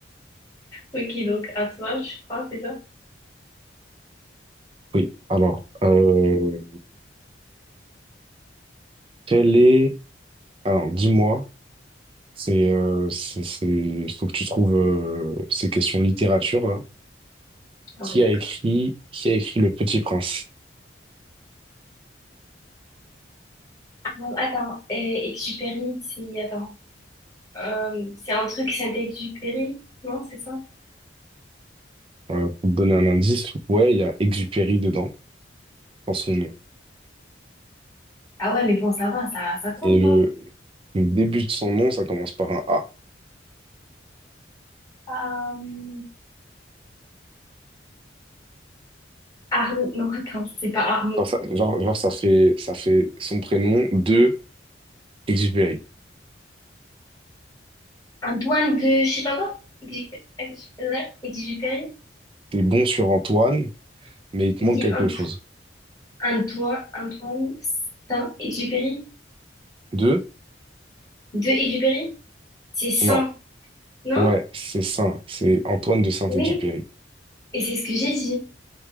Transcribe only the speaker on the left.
Ok, donc, à toi, je crois, c'est ça?
Ah
ouais, d'accord.
Ah, attends, euh, Exupéry, c'est. Attends. Euh, c'est un truc Saint-Exupéry, non, c'est ça?
Ah ouais, mais bon, ça va, ça, ça compte,
non?
Euh, Arnaud, non, attends, c'est pas Arnaud.
Un doigt de, je sais pas quoi, exupé- exupé- Exupéry.
Il
dit
un,
un doigt, un doigt, Saint Exupéry.
De Exupéry. C'est Saint,
non?
Oui. Et c'est ce que j'ai dit.